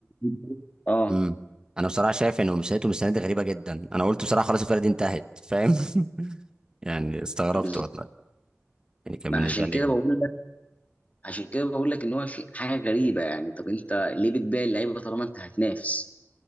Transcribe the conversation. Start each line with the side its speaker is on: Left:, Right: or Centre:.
Left: <laughs> اه
Right: امم انا بصراحه شايف ان مسيرتهم السنه دي غريبه جدا انا قلت بصراحه خلاص الفرقه دي انتهت فاهم <laughs> يعني استغربت
Left: بالظبط
Right: والله يعني كان
Left: ما
Right: بالنسبه
Left: عشان
Right: لي
Left: كده بقول لك عشان كده بقول لك ان هو شيء حاجه غريبه يعني طب انت ليه بتبيع اللعيبه طالما انت هتنافس؟